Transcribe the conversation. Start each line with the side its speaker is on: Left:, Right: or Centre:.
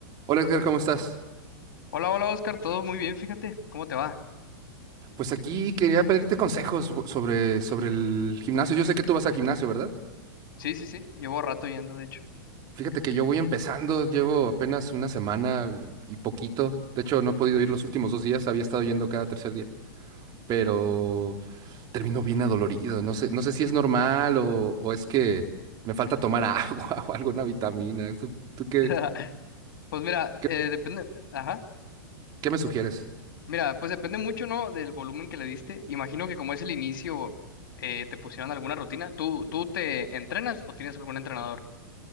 Right: Hola Edgar, ¿cómo estás?
Left: Hola, hola Oscar, todo muy bien, fíjate, ¿cómo te va?
Right: Pues aquí quería pedirte consejos so- sobre, sobre el gimnasio. Yo sé que tú vas al gimnasio, ¿verdad?
Left: Sí, sí, sí, llevo rato yendo, de hecho.
Right: Fíjate que yo voy empezando, llevo apenas una semana y, y poquito. De hecho, no he podido ir los últimos dos días, había estado yendo cada tercer día, pero termino bien adolorido. No sé, no sé si es normal o, o es que me falta tomar <laughs> agua o alguna vitamina. ¿Tú, tú qué,
Left: <laughs> Pues mira,
Right: qué,
Left: eh, depende, ajá,
Right: qué me sugieres?
Left: mira, pues depende mucho, ¿no? Del volumen que le diste. Imagino que como es el inicio, eh, te pusieron alguna rutina. ¿Tú, tú te entrenas o tienes algún entrenador?